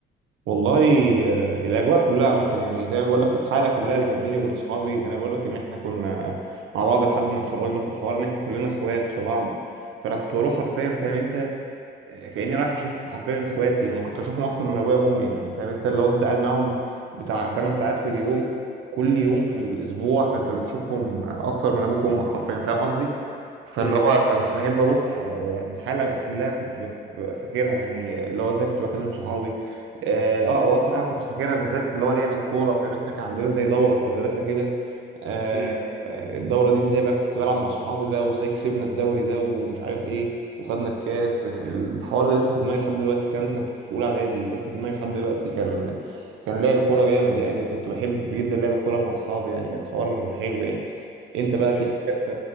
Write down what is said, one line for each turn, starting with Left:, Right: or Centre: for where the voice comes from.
Right: والله آه، الاجواء كلها عامه يعني زي ما بقول لك الحاله كلها اللي كانت بيني وبين صحابي انا بقول لك ان احنا كنا مع بعض لحد ما اتخرجنا في الحوار ان احنا كلنا اخوات في بعض فانا كنت بروح حرفيا فاهم انت كأني رايح اشوف حرفيا اخواتي يعني كنت اشوفهم اكتر من ابويا وامي يعني فاهم انت لو انت قاعد معاهم بتاع 8 ساعات في اليوم كل يوم في الاسبوع فانت بتشوفهم اكتر من ابوك وامك حرفيا فاهم قصدي فاللي
Left: ايوه
Right: هو كنت بحب اروح آه، يعني الحاله كلها كنت بف- ببقى فاكرها يعني اللي هو ازاي كنت بكلم صحابي اه آه، واكتر حاجه كنت فاكرها بالذات اللي هو لعب الكوره فاهم انت كان عندنا زي دوره في المدرسه كده آه،
Left: امم
Right: آه، الدوره دي ازاي بقى كنت بلعب مع صحابي بقى وازاي كسبنا الدوري ده ومش عارف ايه وخدنا الكاس الحوار ده لسه في دماغي لحد دلوقتي الكلام ده كان في اولى اعدادي لسه في دماغي لحد دلوقتي كان كان لعب كوره جامد يعني وكنت بحب جدا لعب الكوره مع اصحابي يعني كان حوار حلو يعني انت بقى
Left: ايوه
Right: في حاجه انت